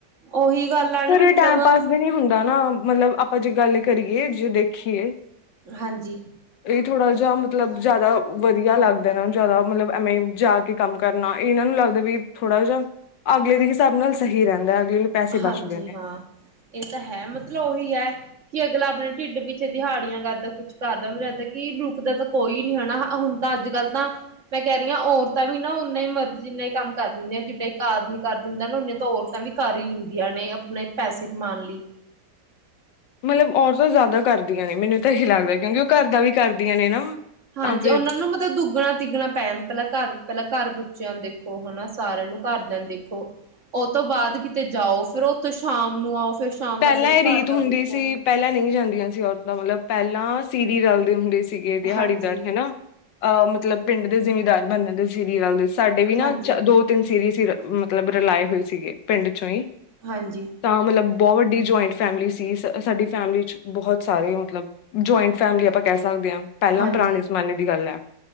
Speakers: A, on the right; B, on the left.
A: ਉਹੀ ਗੱਲ ਹੈ ਨਾ
B: ਫਿਰ
A: ਮਤਲਬ
B: ਇਹ ਟਾਈਮ ਪਾਸ ਵੀ ਨਹੀਂ ਹੁੰਦਾ ਨਾ ਮਤਲਬ ਆਪਾਂ ਜੇ ਗੱਲ ਕਰੀਏ ਜੇ ਦੇਖੀਏ
A: ਹਾਂਜੀ
B: ਥੋੜ੍ਹਾ ਜਹਾ ਮਤਲਬ ਜਿਆਦਾ ਵਧੀਆ ਲੱਗਦਾ ਨਾ ਜ਼ਿਆਦਾ ਮਤਲਬ ਐਵੇਂ ਜਾ ਕੇ ਕੰਮ ਕਰਨਾ ਇਹਨਾਂ ਨੂੰ ਲੱਗਦਾ ਵੀ ਥੋੜਾ ਜਹਾ ਅਗਲੇ ਦੇ ਹਿਸਾਬ ਨਾਲ ਸਹੀ ਰਹਿੰਦਾ ਅਗਲੇ ਨੂੰ ਪੈਸੇ
A: ਹਾਂਜੀ
B: ਬਚਦੇ ਨੇ
A: ਹਾਂ ਇਹ ਤਾਂ ਹੈ ਮਤਲਬ ਉਹੀ ਹੈ ਕਿ ਅਗਲਾ ਆਪਣੇ ਢਿੱਡ ਪਿੱਛੇ ਦਿਹਾੜੀਆਂ ਕਰਦਾ ਕੁਛ ਕਰਦਾ ਮੈਨੂੰ ਲੱਗਦਾ ਕਿ ਰੁਕਦਾ ਤਾਂ ਕੋਈ ਨੀ ਹੈਾ ਹੁਣ ਤਾਂ ਅੱਜ ਕੱਲ੍ਹ ਤਾਂ ਮੈਂ ਕਹਿ ਰਹੀ ਹਾਂ ਔਰਤਾਂ ਵੀ ਨਾ ਓਨਾ ਹੀ ਮਰਦ ਜਿੰਨਾ ਹੀ ਕੰਮ ਕਰਦੀ ਹੁੰਦੀਆਂ ਜਿੱਦਾਂ ਇੱਕ ਆਦਮੀ ਕਰ ਦਿੰਦਾ ਨਾ ਉਨੇ ਤਾਂ ਔਰਤਾਂ ਵੀ ਕਰੀ ਹੁੰਦੀਆਂ ਨੇ ਆਪਣੇ ਪੈਸੇ ਕਮਾਉਣ ਲਈ
B: ਮਤਲਬ ਔਰਤਾਂ ਜ਼ਿਆਦਾ ਕਰਦੀਆਂ ਨੇ ਮੈਨੂੰ ਤਾਂ ਇਹੀ ਲੱਗਦਾ ਕਿਉਂਕਿ ਉਹ ਘਰ ਦਾ ਵੀ ਕਰਦੀਆਂ ਨੇ ਨਾ
A: ਹਾਂਜੀ
B: ਤਾਂ ਫਿਰ
A: ਉਹਨਾਂ ਨੂੰ ਮਤਲਬ ਦੁੱਗਣਾ ਤਿੱਗਣਾ ਪੈ ਜਾਂਦਾ ਪਹਿਲਾਂ ਘਰ ਪਹਿਲਾਂ ਘਰ ਬੱਚਿਆਂ ਦੇਖੋ ਹਨਾ ਸਾਰਿਆਂ ਨੂੰ ਘਰਦਿਆਂ ਦੇਖੋ ਉਹ ਤੋਂ ਬਾਅਦ ਕਿਤੇ ਜਾਓ ਫਿਰ ਉੱਥੋਂ ਸ਼ਾਮ ਨੂੰ ਆਓ ਫਿਰ ਸ਼ਾਮ
B: ਪਹਿਲਾਂ
A: ਦਾ ਫਿਰ
B: ਇਹ ਰੀਤ
A: ਘਰ ਦਾ
B: ਹੁੰਦੀ
A: ਦੇਖੋ
B: ਸੀ ਪਹਿਲਾਂ ਨਹੀਂ ਜਾਂਦੀਆਂ ਸੀ ਔਰਤਾਂ ਮਤਲਬ ਪਹਿਲਾਂ ਸੀਰੀ ਰਲਦੇ ਹੁੰਦੇ ਸੀ ਸੀਗੇ ਦਿਹਾੜੀਦਾਰ
A: ਹਾਂਜੀ
B: ਹਨਾ ਅਹ ਮਤਲਬ ਪਿੰਡ ਦੇ ਜਿਮੀਦਾਰ ਬਣਣ ਦੇ ਸੀਰੀ ਰਲਦੀ ਸੀ ਸਾਡੇ ਵੀ ਨਾ
A: ਹਾਂਜੀ
B: ਦੋ ਤਿੰਨ ਸੀਰੀਜ਼ ਮਤਲਬ ਰਲਾਏ ਹੋਏ ਸੀਗੇ ਪਿੰਡ ਚੋਂ ਹੀ
A: ਹਾਂਜੀ,
B: ਤਾਂ ਮਤਲਬ ਬਹੁਤ ਵੱਡੀ ਜੁਆਇੰਟ ਫੈਮਿਲੀ ਸੀ ਸਾਡੀ ਫੈਮਿਲੀ ਚ, ਬਹੁਤ ਸਾਰੇ ਮਤਲਬ ਜੁਆਇੰਟ ਫੈਮਿਲੀ ਆਪਾਂ ਕਹਿ ਸਕਦੇ ਸਕਦੇ ਹਾਂ ਪਹਿਲਾਂ
A: ਹਾਂਜੀ,
B: ਪੁਰਾਣੇ ਜ਼ਮਾਨੇ ਦੀ ਗੱਲ ਹੈ,